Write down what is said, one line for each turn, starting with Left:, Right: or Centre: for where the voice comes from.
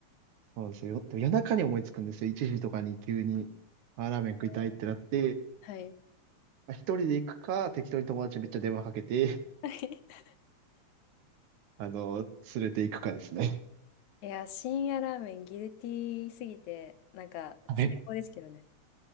Right: そうなんですよ。でも夜中に思いつくんですよ。1時とかに急に、あ、ラーメン食いたいってなって、
Left: えーはい。
Right: まあ、一人で行くか、適当に友達にめっちゃ電話かけて、
Left: <laughs>
Right: あの、連れて行くかですね。
Left: いや、深夜ラーメンギルティーすぎて、なんか最高ですけどね。
Right: <laughs> はい。い